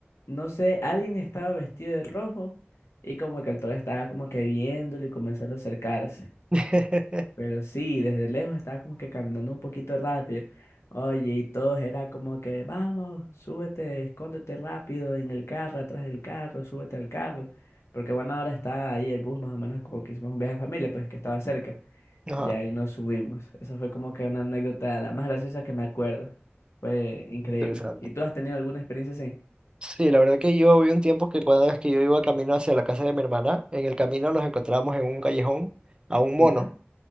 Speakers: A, on the left (about 85°); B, on the right (about 20°).
A: no sé, alguien estaba vestido de rojo y como que el toro estaba como que viéndolo y comenzando a acercarse.
B: <laughs>
A: Pero sí, desde lejos estaba como que caminando un poquito rápido. Oye, y todos era como que, vamos, súbete, escóndete rápido en el carro, atrás del carro, súbete al carro. Porque bueno, ahora está ahí el bus, más o menos como que hicimos un viaje en familia, pues que estaba cerca.
B: Ajá.
A: Y ahí nos subimos. Eso fue como que una anécdota la más graciosa que me acuerdo. Fue increíble.
B: Interesante.
A: ¿Y tú has tenido alguna experiencia así?
B: Sí, la verdad que yo vi un tiempo que cada vez que yo iba camino hacia la casa de mi hermana, en el camino nos encontrábamos en un callejón a un mono.
A: Ujú.